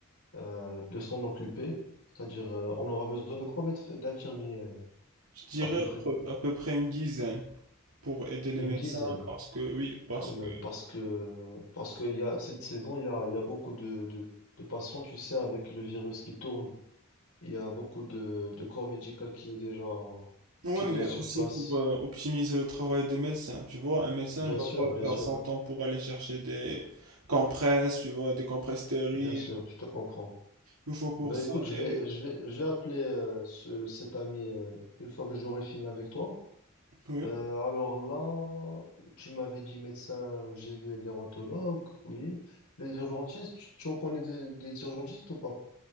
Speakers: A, on the left; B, on the right.
A: euh, de s'en occuper. C'est-à-dire, euh, on aura besoin de combien de- d'infirmiers euh,
B: Je dirais
A: à peu près?
B: à peu à peu près une dizaine pour aider les
A: Une
B: médecins
A: dizaine
B: parce que, oui, parce
A: quand même,
B: que
A: parce que parce qu'il y a cette saison, il y a, il y a beaucoup de, de, de patients, tu sais, avec le virus qui tourne. Il y a beaucoup de, de corps médical qui est déjà
B: Oui,
A: qui est
B: mais
A: déjà sur
B: aussi
A: place.
B: pour euh, optimiser le travail des médecins. Tu vois, un médecin
A: Bien
B: ne va
A: sûr,
B: pas
A: bien
B: perdre
A: sûr,
B: son temps pour aller chercher des compresses, tu vois, des compresses stériles.
A: bien sûr, je te comprends.
B: Il faut pour
A: Ben
B: ça.
A: écoute, je
B: Et...
A: vais je vais je vais appeler euh, ce, cet ami euh, une fois que j'aurai fini avec toi.
B: Oui,
A: Euh, alors là, tu m'avais dit médecin, j'ai vu les dermatologues, oui. Les urgentistes, tu, tu en connais des, des urgentistes ou pas?